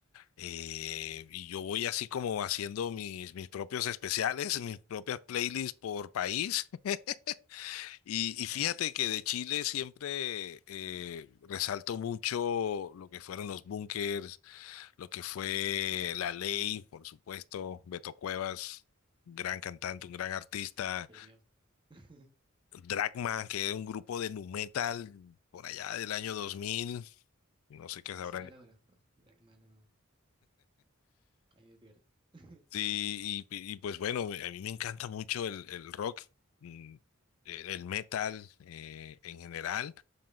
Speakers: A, on the left; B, on the right.
A: eh, y yo voy así como haciendo mis, mis propios especiales, mis propias playlists por país. <laughs> Y,
B: Claro,
A: y fíjate que de Chile siempre eh, resalto mucho lo que fueron los bunkers, lo que fue La Ley, por supuesto, Beto Cuevas, gran cantante, un
B: qué
A: gran artista,
B: genio. <laughs>
A: Dragma, que es un grupo de nu metal por allá del año 2000, no sé qué sabrán.
B: Ese no lo conozco, Dragma no, ahí me pierdo. <laughs>
A: Sí, y, y pues bueno, a mí me encanta mucho el, el rock, mm, el, el metal eh, en general.